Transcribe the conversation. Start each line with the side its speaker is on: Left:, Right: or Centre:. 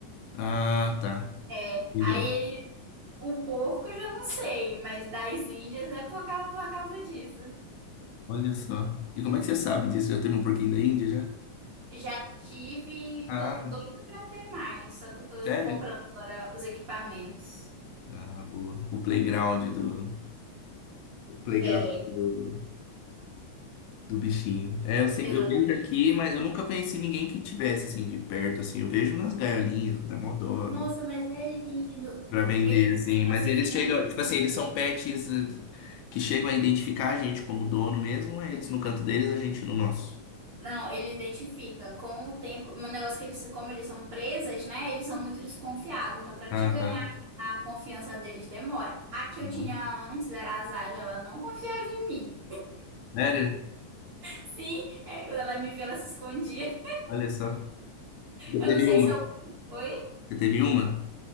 Left: Ah, tá.
Right: É,
Left: Entendeu?
Right: aí ele, o porco eu já não sei, mas das índias é por causa, por causa disso.
Left: Olha só. E como é que você sabe disso? Já teve um porquinho da Índia já?
Right: Já tive,
Left: Ah,
Right: tô doida pra ter mais, só que eu tô
Left: sério?
Right: comprando agora os equipamentos.
Left: Ah, boa. O playground do. O playground
Right: É,
Left: do, do bichinho. É, eu sempre,
Right: exatamente.
Left: eu vejo aqui, mas eu nunca conheci ninguém que tivesse assim de perto, assim. Eu vejo nas gaiolinhas, que dá mó dó.
Right: Nossa, mas é lindo.
Left: Pra vender,
Right: Eles
Left: assim.
Right: ficam
Left: Mas
Right: assim
Left: eles
Right: que nem
Left: chegam, tipo assim, eles são pets eh, que chegam a identificar a gente como dono mesmo, ou é eles no canto deles, a gente no nosso.
Right: Não, ele identifica com o tempo. Um negócio que eles, como eles são presas, né? Eles são muito desconfiados. Então, para
Left: Ah,
Right: te ganhar
Left: tá.
Right: a confiança deles, demora. A que
Left: Uma.
Right: eu tinha antes era a Zaja, ela não confiava em mim.
Left: Sério?
Right: Sim, é, quando ela me vê, ela se escondia.
Left: Olha só. Você
Right: Eu
Left: teve
Right: não sei
Left: uma?
Right: se é o. Oi?
Left: Você teve uma?